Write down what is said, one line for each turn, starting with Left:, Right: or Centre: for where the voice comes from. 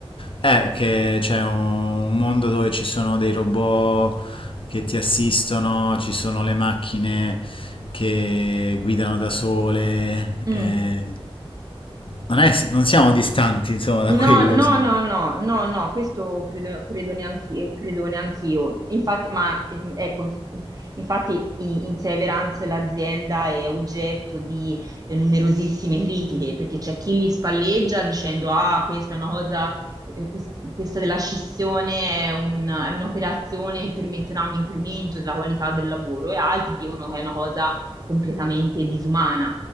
Left: È che c'è un mondo dove ci sono dei robot che ti assistono, ci sono le macchine che guidano da sole.
Right: Mm.
Left: eh, non è- non siamo distanti, insomma, da
Right: No,
Left: quello.
Right: no,
Left: Sì,
Right: no, no, no, no, questo credo, credo neanch'io, credo neanch'io. Infatti, ma mm, ecco, inf- infatti i- in Severance l'azienda è oggetto di eh, numerosissime critiche, perché c'è chi li spalleggia dicendo, ah, questa è una cosa, eh, quest- questa della scissione è un- è un'operazione che permetterà un incremento della qualità del lavoro, e altri dicono che è una cosa completamente disumana.